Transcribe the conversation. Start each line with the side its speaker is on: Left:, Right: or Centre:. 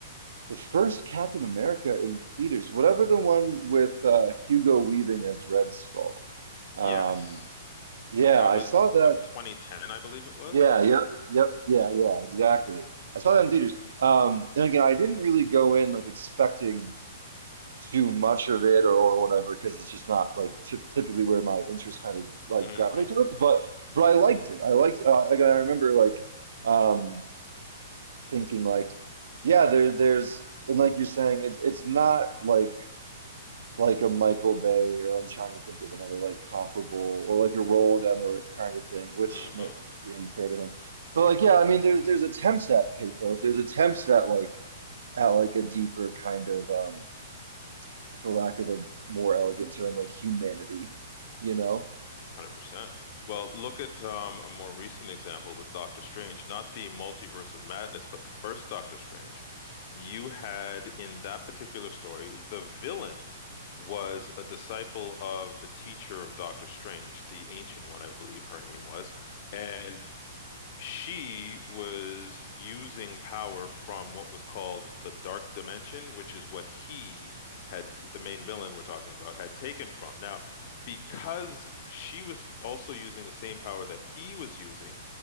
Right: the first Captain America in theaters, whatever the one with uh, Hugo Weaving as Red Skull. Um,
Left: Yes.
Right: yeah,
Left: That
Right: I
Left: was
Right: saw that.
Left: what, 2010, I believe it was?
Right: Yeah, yep, yep, yeah, yeah, exactly. I saw that in theaters. Um, and again, I didn't really go in like expecting. too much of it or, or whatever because it's just not like typ- typically where my interests kind of like
Left: hmm
Right: gravitate towards but but I liked it I liked uh, like I remember like um thinking like yeah there there's and like you're saying it's it's not like like a Michael Bay or I'm trying to think of another like comparable or like a Roland Emmerich kind of thing which
Left: hmm
Right: may, might be unfair to him but like yeah I mean there's there's attempts at pathos there's attempts at like at like a deeper kind of um for lack of a more elegant term, like humanity, you know?
Left: 100%. Well, look at um, a more recent example with Doctor Strange, not the Multiverse of Madness, but the first Doctor Strange. You had in that particular story, the villain was a disciple of the teacher of Doctor Strange, the Ancient One, I believe her name was. And she was using power from what was called the Dark Dimension, which is what he had, the main villain we're talking about, had taken from. Now, because she was also using the same power that he was using,